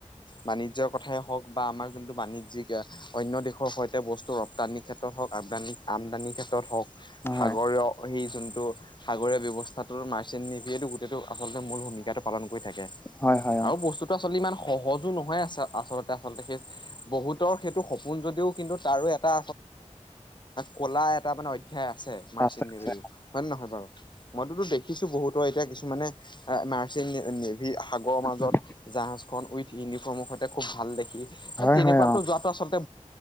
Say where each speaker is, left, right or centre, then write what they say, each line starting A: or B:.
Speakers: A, on the left; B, on the left.
A: বাণিজ্যৰ কথাই হওক বা আমাৰ যোনটো বাণিজ্যিকা- অন্য দেশৰ সৈতে বস্তু ৰপ্তানিৰ ক্ষেত্ৰত হওক আমদানি আমদানিৰ ক্ষেত্ৰত হওক।
B: হয়,
A: সাগৰীয় সেই যোনটো- সাগৰীয় ব্যৱস্থাটো মাৰ্চেন নিভিয়েতো গোটেইটো আচলতে মূল ভূমিকাটো পালন কৰি থাকে।
B: হয় হয়।
A: আৰু
B: অ',
A: বস্তুটো আচল ইমান সহজো নহয় আচলতে আচলতে বহুতৰ সেইটো- কোন যদিও কিন্তু তাৰো এটা কলা এটা মানে অধ্যায় আছে। মাৰচিন
B: আছে,
A: নিৱেও।
B: আছে,
A: হয়ে নহয় বাৰু মইতোতো দেখিছো বহুতৰ এতিয়া কিছুমানে নাৰচিন- সাগৰৰ মাজত
B: উম,
A: জাহাজ খন উইথ ইউনিফৰ্মৰ সৈতে খুব ভাল দেখি
B: হয়,
A: এ তেনেকুৱাতো
B: হয় অ',
A: যোৱা- আচলতে